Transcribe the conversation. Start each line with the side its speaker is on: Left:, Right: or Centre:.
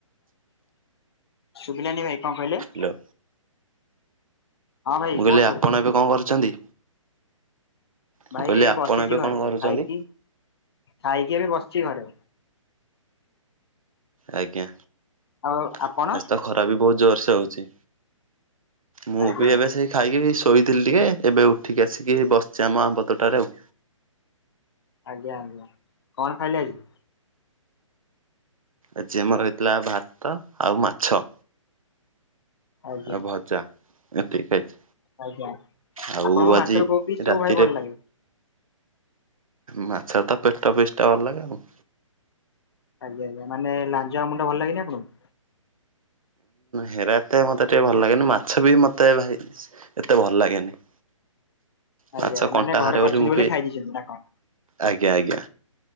Left: ଶୁଭିଲାନି ଭାଇ କଣ କହିଲେ?
Right: ହାଲୋ।
Left: ହଁ ଭାଇ
Right: ମୁଁ
Left: କୁହନ୍ତୁ
Right: କହିଲି ଆପଣ ଏବେ କଣ କରୁଛନ୍ତି? ମୁଁ
Left: ଭାଇ
Right: କହିଲି
Left: ଏଇ
Right: ଆପଣ
Left: ବସିଚି
Right: ଏବେ
Left: ଘରେ
Right: କଣ କରୁଛନ୍ତି?
Left: ଖାଇକି ଖାଇକି ଏବେ ବସିଚି ଘରେ।
Right: ଆଜ୍ଞା
Left: ଆଉ
Right: ଆଜି
Left: ଆପଣ
Right: ତ ଖରା ବି ବହୁତ୍ ଜୋରସେ ହଉଛି। ମୁଁ
Left: ଆଜ୍ଞା
Right: ବି ଏବେ ସେଇ ଖାଇକି ଶୋଇଥିଲି ଟିକେ ଏବେ ଉଠିକି ଆସିକି ବସିଛି ଆମ ବଦଟାରେ ଆଉ।
Left: ଆଜ୍ଞା ଆଜ୍ଞା କଣ ଖାଇଲେ ଆସିବ?
Right: ଆଜିି ଆ ମୋର ରହିଥିଲା ଭାତ ଆଉ ମାଛ
Left: ଆଜ୍ଞା।
Right: ଆଉ ଭଜା। ଏତିକି ଖାଇଛି
Left: ଆଜ୍ଞା
Right: ଆଉ
Left: ଆପଣଙ୍କ
Right: ଆଜି
Left: ମାଛର କୋବି ସବୁ
Right: ରାତିରେ
Left: ଭାଇ ଭଲ ଲାଗେ
Right: ମାଛ ତ ପେଟ ଫିସା ଅଲଗା ଆଉ।
Left: ଆଜ୍ଞା ଆଜ୍ଞା ମାନୋଜ ମୁଣ୍ଡ ଭଲ ଲାଗିଲା ଆପଣଙ୍କୁ?
Right: ହେରା ଏତେ ମତେ ଟିକେ ଭଲ ଲାଗେନି ମାଛ ବି ମତେ ଭାଇ ଏତେ ଭଲ ଲାଗେନି।
Left: ଆଜ୍ଞା
Right: ମାଛ କଣ୍ଟା
Left: ମାନେ ଘରେ
Right: ହାରେ
Left: କରିଛନ୍ତି
Right: ବୋଲି ମୁଁ ବି
Left: ଖାଇ ଦେଇଛନ୍ତି ନା କଣ?
Right: ଆଜ୍ଞା ଆଜ୍ଞା।